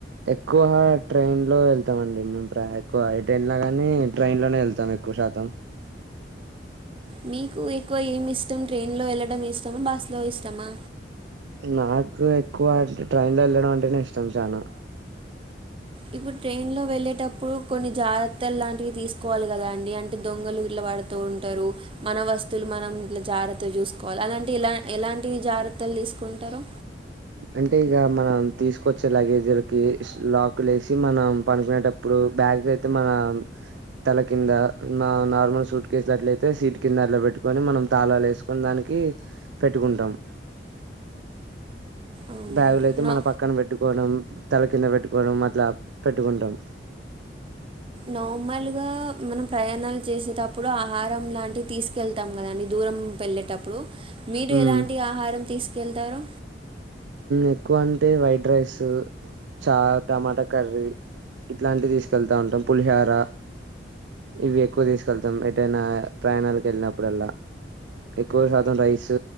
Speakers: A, on the right; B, on the right.
A: ఎక్కువ ట్రైన్ లో వెళ్తామండి ఎక్కువ ఎటు వెళ్లిన గాని ట్రైన్ లోనే వెళ్తాం ఎక్కువ శాతం
B: మీకు ఎక్కువ ఏమి ఇష్టం ట్రైన్ లో వెళ్ళడం ఇష్టమా బస్సులో ఇష్టమా
A: నాకు ఎక్కువ అంటే ట్రైన్ లో వెళ్ళడం అంటేనే ఇష్టం చాలా
B: ఇప్పుడు ట్రైన్ లో వెళ్ళేటప్పుడు కొన్ని జాగ్రత్తలు లాంటివి తీసుకోవాలి కదా అండి అంటే దొంగలు ఇట్లా పడుతూ ఉంటారు మన వస్తువులు మనం ఇట్లా జాగ్రత్త చూసుకోవాలి అలాంటి ఎలాంటి జాగ్రత్తలు తీసుకుంటారు
A: అంటే ఇక మనం తీసుకొచ్చే లగేజీలకి లాక్ లేసి మనం పనుకునేటప్పుడు బ్యాగులు అయితే మన తల కింద నార్మల్ సూట్ కేసినట్లయితే సీట్ కింద అలా పెట్టుకొని మనం తాళలు వేసుకొని దానికి పెట్టుకుంటాం
B: అవునండి
A: బ్యాగులు అయితే
B: నో
A: మన పక్కన పెట్టుకోవడం తల కింద పెట్టుకోవడం అట్లా పెట్టుకుంటాం
B: నార్మల్గా మనం ప్రయాణాలు చేసేటప్పుడు ఆహారం లాంటివి తీసుకెళ్తాం కదండి దూరం వెళ్ళేటప్పుడు మీరు
A: ఉమ్
B: ఎలాంటి ఆహారం తీసుకెళ్తారు
A: ఎక్కువ అంటే వైట్ రైస్ చా టమాటా కర్రీ ఇట్లాంటివి తీసుకెళ్తా ఉంటాం పులిహర ఇవి ఎక్కువ తీసుకెళ్తాం ఎటైనా ప్రయాణాలకు వెళ్ళినప్పుడల్లా ఎక్కువ శాతం రైస్